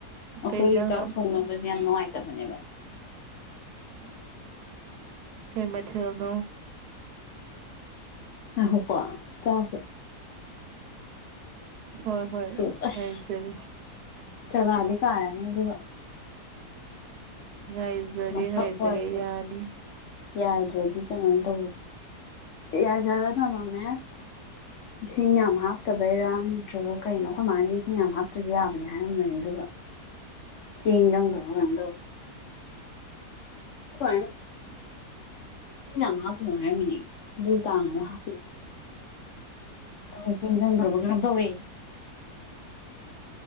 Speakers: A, on the left (about 70°); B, on the right (about 75°).
A: ꯑꯩꯈꯣꯏ
B: ꯀꯩ ꯌꯦꯟꯖꯥꯡꯅꯣ
A: ꯆꯥꯛ ꯊꯣꯡꯅꯕꯁꯦ ꯌꯥꯝ ꯅꯨꯡꯉꯥꯏꯇꯕꯅꯦꯕ
B: ꯎꯝ ꯀꯩꯃꯊ ꯇꯅꯣ
A: ꯑ ꯍꯣ ꯀ ꯆꯥꯎꯁꯦ
B: ꯍꯣꯏ ꯍꯣꯏ
A: ꯇꯨ ꯑꯁ
B: ꯑꯩꯖꯒꯦ
A: ꯆꯒꯥꯗꯤ ꯀꯔꯅꯤ ꯑꯗꯨ
B: ꯉꯥꯏꯖꯒꯦ
A: ꯃꯁꯛ
B: ꯉꯥꯏꯖꯒꯦ
A: ꯋꯥꯁꯦ
B: ꯌꯥꯅꯤ
A: ꯌꯥꯏꯗ꯭ꯔꯗꯤ ꯀꯩꯅꯣꯝ ꯇꯧꯔ ꯑꯦ ꯌꯥꯖꯒ ꯊꯃ ꯃ ꯏꯁꯤꯡ ꯌꯥꯝ ꯍꯥꯞꯇꯕꯩꯔꯥ ꯅꯠꯇ꯭ꯔꯒ ꯀꯩꯅꯣ ꯑꯩꯈꯣꯏ ꯃꯥꯅꯗꯤ ꯏꯁꯤꯡ ꯌꯥꯝ ꯍꯥꯞꯇ꯭ꯔꯁꯨ ꯌꯥꯕꯅꯦ ꯍꯥꯏꯔꯝꯕꯅꯤ ꯑꯗꯨꯒ ꯆꯦꯡ ꯆꯪꯗꯕ ꯉꯥꯡꯗꯧ ꯍꯣꯏ
B: ꯎꯝ
A: ꯁꯤꯡ ꯑ ꯍꯥꯥ ꯄꯍꯥꯏ ꯃꯤꯅꯤ ꯇ ꯑꯉ ꯍꯥꯥ ꯑ ꯆꯦꯟꯖꯥꯡ ꯐ꯭ꯔꯕ ꯀꯩꯅꯝ ꯇꯧꯔ